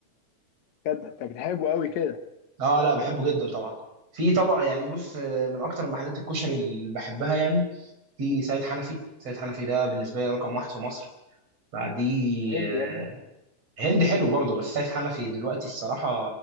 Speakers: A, on the left (about 65°); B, on the right (about 50°).
A: بجد انت بتحبه قوي كده
B: اه لا بحبه جدا طبعا في طبعا يعني بص آه، من اكتر محلات الكشري اللي بحبها يعني في سيد حنفي سيد حنفي ده بالنسبه لي رقم واحد في مصر بعديه
A: هند
B: آه،
A: يا ابني
B: هند حلو برضه بس سيد حنفي دلوقتي الصراحه